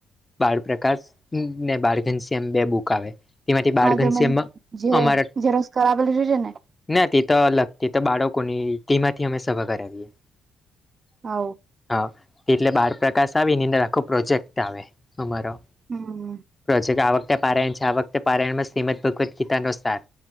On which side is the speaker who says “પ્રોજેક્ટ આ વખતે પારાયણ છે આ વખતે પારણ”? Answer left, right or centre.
Left